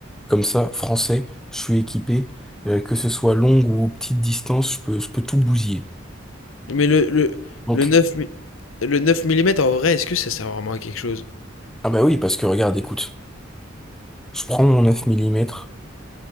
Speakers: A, in the centre; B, on the left.
A: Comme ça, français, je suis équipé, euh, que ce soit longue ou petite distance, je peux, je peux tout bousiller.
B: Mais le, le,
A: Donc,
B: le 9 mi- le neuf millimètres en vrai, est-ce que ça sert vraiment à quelque chose?
A: ah bah oui, parce que regarde, écoute, je prends mon 9 millimètres,